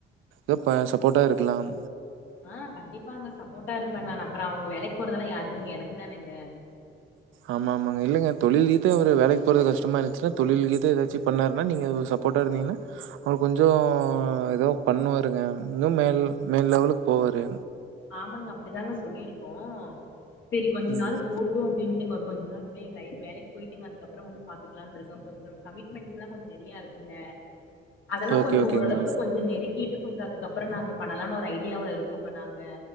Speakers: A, on the right; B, on the left.
A: ஏ ப சப்போட்டா இருக்கலாம்
B: அ கண்டிப்பாங்க சப்போர்ட்டா இருப்ப நா அப்றோ அவுங்க வேலைக் போறதெல்லாம் யாருக்குங்க எனக்கு தானங்க
A: ஆமா ஆமாங்க இல்லிங்க தொழில் ரீதியா அவரு வேலைக் போறது கஷ்டமா இருந்துச்சுன்னா தொழில் ரீதி ஏதாச்சும் பண்ணாருன்னா நீங்க சப்போர்ட்டா இருந்தீங்கன்னா அவரு கொஞ்சோ எதோ பண்ணுவாருங்க இன்னும் மேல் மேல் லெவலுக்கு போவாரு
B: ஆமாங்க அப்டிதாங்க சொல்லிருக்கோ செரி கொஞ்ச
A: ம்
B: நாள் போட்டும் அப்டின் தின் ஒரு கொஞ்சு நாள் அப்டியே லைப் வேலைக்கு போயிட்டுங்க அதுக்கப்றோ வந்து பாத்துக்கலான்ட்டிருக்கோ கொஞ்ச நம்ம கமிட்மெண்ட்ஸ் லா கொஞ்சோ நெறையாருக்குங்க அதெல்லா
A: ஓகே,
B: கொஞ்சோ
A: ஓகேங்க.
B: ஓரளவுக்கு கொஞ்ச நெருக்கிட்டு கொஞ்சோ அதுக்கப்றோ நாங்க பண்ணலாம்னு ஒரு ஐ டியாவு இருக்கோங்க நாங்க